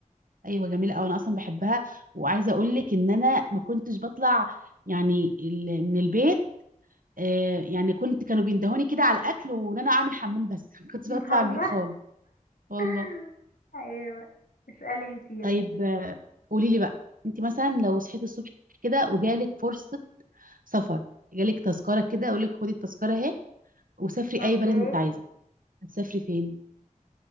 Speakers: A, on the right (about 80°); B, on the left (about 85°).
A: ايوه جميله قوي انا اصلا بحبها وعايزه اقول لك ان انا ما كنتش بطلع يعني ال- من البيت آه يعني كنت كانوا بيندهوني كده على الاكل وان انا اعمل حمام بس <laughs> ما كنتش
B: بتهزر
A: بطلع من البيت خالص والله
B: <laughs> ايوه اسالي انت يلا
A: طيب آه، قولي لي بقى انت مثلا لو صحيتي الصبح كده وجالك فرصه سفر جالك تذكره كده اقول لك خدي التذكره اهي وسافري
B: اوكي
A: اي بلد انت عايزه هتسافري فين